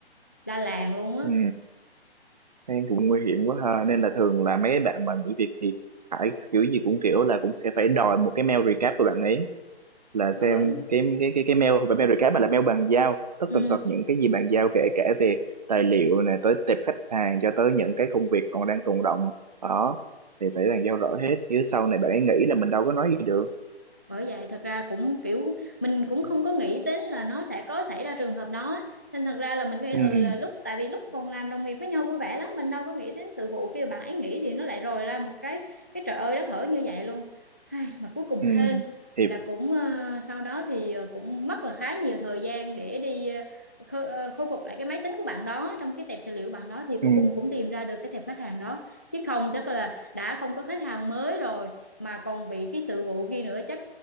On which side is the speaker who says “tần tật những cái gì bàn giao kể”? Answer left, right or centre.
Right